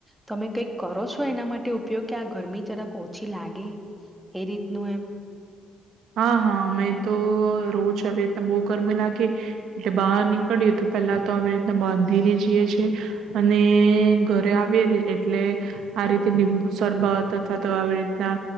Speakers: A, in the centre; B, on the right (about 80°).
A: તમે કઈક કરો છો એના માટે ઉપયોગ કે આ ગરમી જરાક ઓછી લાગે એ રીતનું એમ
B: હા હા અમે તો રોજ આવી રીતના બહુ ગરમી લાગી એટલે બહાર નીકળીએ તો પેલા તો આવી રીતના બાંધીને જઈએ છીએ અને ઘરે આવીએએ એટલે આ રીતે લીંબુ સરબત અથવા તો આવી રીતના